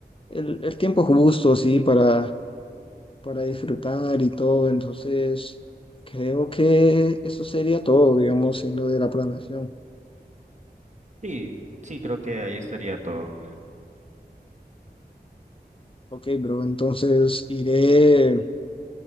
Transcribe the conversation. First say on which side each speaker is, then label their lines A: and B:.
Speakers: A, on the left; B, on the right.
A: el, el tiempo justo, sí, para, para disfrutar y todo. Entonces, creo que eso sería todo, digamos, en lo de la planeación.
B: Sí, sí, creo que ahí estaría todo.
A: Ok, bro, entonces iré,